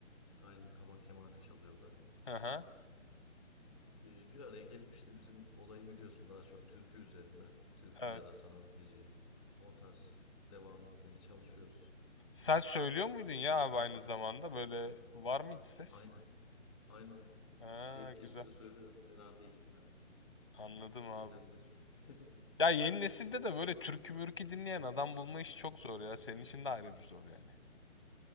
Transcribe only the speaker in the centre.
Aynen kabak kemane çalıyor da.
E, bir araya gelip işte bizim olayı biliyorsun daha çok türkü üzerinden. Türkü
ya da sanat müziği. O tarz devam etmeye çalışıyoruz.
Aynen. Aynen.
Denk gelirse
söylerim. Fena değil yani.
Eğlendiririm. <laughs>